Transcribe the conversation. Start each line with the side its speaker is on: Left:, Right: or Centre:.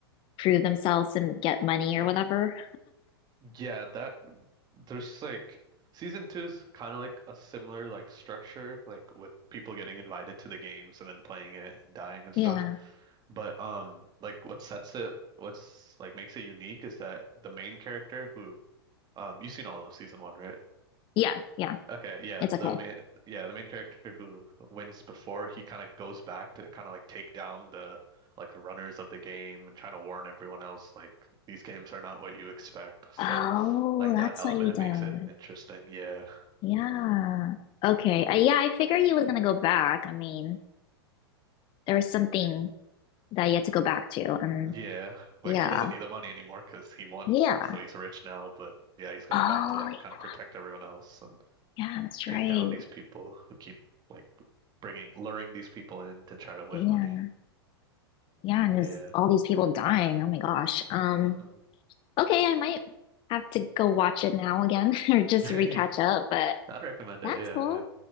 Left: prove themselves and get money or whatever?
Right: Yeah, that there's like season two is kind of like a similar like structure, like with people getting invited to the games and then playing it, dying and
Left: Yeah.
Right: stuff. But um, like what sets it, what's like makes it unique is that the main character who um, you've seen all of season one, right?
Left: Yeah. Yeah.
Right: Okay, yeah,
Left: It's
Right: the
Left: okay.
Right: main yeah, the main character who wins before he kind of goes back to kind of like take down the like the runners of the game and trying to warn everyone else like these games are not what you expect. So
Left: Oh,
Right: like
Left: that's
Right: that element
Left: what he does.
Right: makes it interesting. Yeah.
Left: Yeah.
Right: hmm
Left: Okay. Uh, yeah, I figured he was gonna go back. I mean, there was something that he had to go back to, and
Right: Yeah. Like
Left: yeah.
Right: he doesn't need the money anymore 'cause he won,
Left: Yeah.
Right: so he's rich now, but yeah, he's going
Left: Oh,
Right: back to like kind of protect everyone else and
Left: yeah, Yeah, that's
Right: take
Left: right.
Right: down these people who keep like bringing luring these people in to try to win
Left: Yeah.
Right: money.
Left: Yeah, and there's
Right: Yeah.
Left: all these people dying. Oh my gosh. Um,
Right: hmm
Left: okay, I might have to go watch it now again <laughs> or
Right: <laughs>
Left: just
Right: I'd
Left: recatch up, but
Right: recommend
Left: that's
Right: it. Yeah,
Left: cool.
Right: yeah,